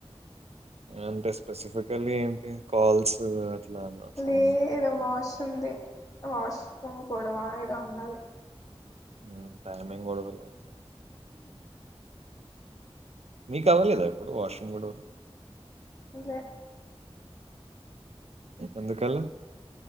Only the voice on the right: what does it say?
అంటే స్పెసిఫికలీ ఏంటి కాల్స్ అట్లానా సౌండ్
<inaudible> మీకు అవ్వలేదా ఎప్పుడు వాష్రూమ్ గొడవలు
ఎందుకలా